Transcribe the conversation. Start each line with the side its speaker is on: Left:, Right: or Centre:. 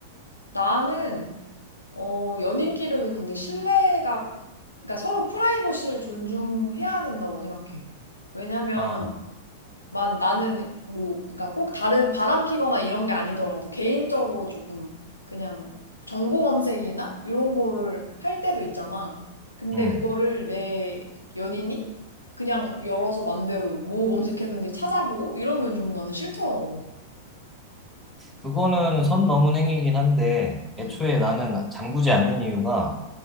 Left: 나는, 어, 연인끼리도 근데 신뢰가, 그러니까 서로 프라이버시를 존중해야 된다고 생각해. 왜냐면,
Centre: 아,
Left: 만 나는 뭐 그러니까 꼭 다른 바람 피거나 이런 게 아니더라도 개인적으로 조금 그냥 정보 검색이나 이런 거를 할 때도 있잖아. 근데
Centre: 응.
Left: 그거를 내 연인이 그냥 열어서 맘대로 뭐 검색했는지 찾아보고 이러면 좀 나는 싫더라고.
Centre: 그거는 선 넘은 행위이긴 한데,
Left: 응.
Centre: 애초에 나는 잠그지 않는 이유가